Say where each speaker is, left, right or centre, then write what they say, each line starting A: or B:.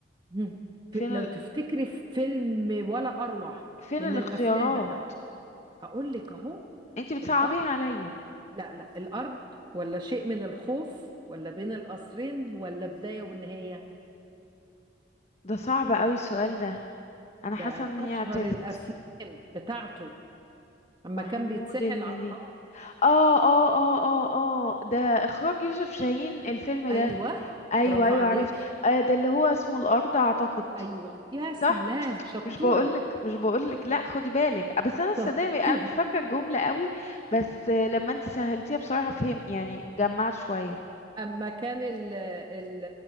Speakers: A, on the right (about 25°); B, on the left (about 35°).
A: مم.
B: فين
A: ف- لو
B: ال...
A: تفتكري في فيلم ولا أروع
B: فين
A: من
B: الاختيارات
A: الأفلام بتاعته هقول لك أهو
B: انتي بتصعبيها
A: الأرض
B: عليا
A: لا لا الأرض ولا شيء من الخوف ولا بين القصرين ولا بداية ونهاية
B: ده صعب قوي السؤال ده انا
A: ده
B: حاسه ان هي
A: أشهر
B: عتلت
A: الأفلام بتاعته أما
B: محمود
A: كان بيتسحل
B: المليجي
A: على الأرض
B: اه اه اه اه اه ده اخراج يوسف شاهين الفيلم
A: أيوه
B: ده ايوه
A: برافو
B: ايوه
A: عليك
B: عرفت آه ده اللي هو اسمه الارض اعتقد
A: أيوه يا سلام
B: صح
A: شطورة
B: مش بقولك مش بقولك لا خدي بالك آه، بس انا صدقني
A: <laughs>
B: انا
A: شطور
B: مش فاكره الجمله قوي بس آه، لما انتي سهلتيها بصراحه فهم يعني جمعت شويه
A: اما كان ال ال